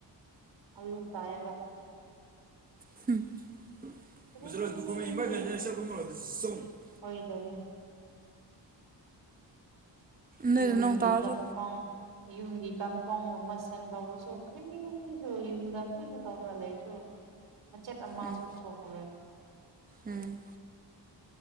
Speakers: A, on the right; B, on the right.
A: ꯑꯜꯂꯨ ꯇꯥꯏꯑꯦꯕ
B: <unintelligible>
A: ꯀꯔꯤꯁꯨ ꯍꯣꯏꯗꯅꯦ
B: ꯅꯣꯏꯗ
A: ꯏꯌꯨꯝꯒꯤ
B: ꯅꯣꯡ ꯇꯥꯔꯁꯨ
A: ꯀꯝꯄꯥ꯭ꯎꯟ ꯌꯨꯝꯒꯤ ꯀꯝꯄꯥ꯭ꯎꯟꯒꯨꯝꯕ ꯁꯦꯝꯗꯩꯕꯁꯨ ꯀꯔꯤ ꯁꯨ ꯌꯨꯝꯗ ꯀꯔꯤꯁꯨ ꯇꯧꯗꯅ ꯂꯩꯔꯁꯨ ꯃꯆꯦꯠ ꯑꯃꯁꯨ
B: ꯎꯝ
A: ꯁꯣꯛꯂꯨꯔꯦ
B: ꯎꯝ